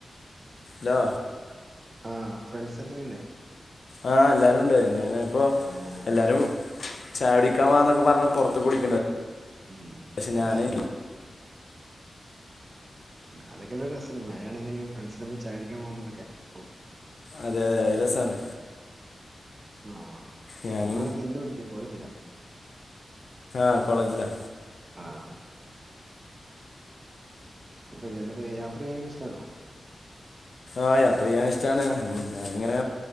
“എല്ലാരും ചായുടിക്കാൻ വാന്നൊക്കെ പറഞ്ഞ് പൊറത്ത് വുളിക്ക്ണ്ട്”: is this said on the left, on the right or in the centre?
Left